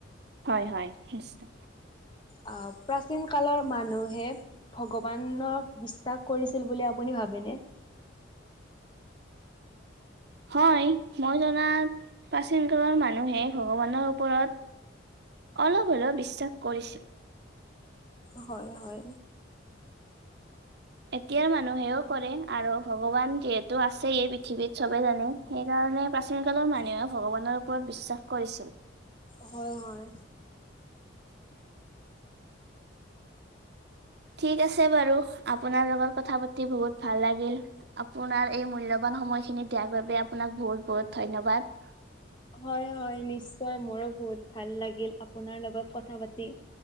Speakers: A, on the right; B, on the left.
A: হয় হয় নিশ্চয়।
B: আ প্ৰাচীন কালৰ মানুহে - ভগৱানক বিশ্বাস কৰিছিল বুলি আপুনি ভাবে নে?
A: হয় মই জনাত প্ৰাচীন কালৰ মানুহে ভগৱানৰ ওপৰত - অলপ হ'লেও বিশ্বাস কৰিছিল।
B: হয়, হয়।
A: এতিয়াৰ মানুহেও কৰে, আৰু ভগৱান যিহেতু আছে পৃথিৱীত চবে জানে। সেইকাৰণে প্ৰাচীন কালৰ মানুহে ভগৱানৰ ওপৰত বিশ্বাস কৰিছিল।
B: হয়, হয়।
A: ঠিক আছে বাৰু, আপোনাৰ লগত কথা পাতি বহুত ভাল লাগিল। আপোনাৰ এই মূল্যবান সময়খিনি দিয়াৰ বাবে, আপোনাক বহুত-বহুত ধন্যবাদ।
B: হয় হয় নিশ্চয় মোৰো বহুত ভাল লাগিল আপোনাৰ লগত কথা পাতি।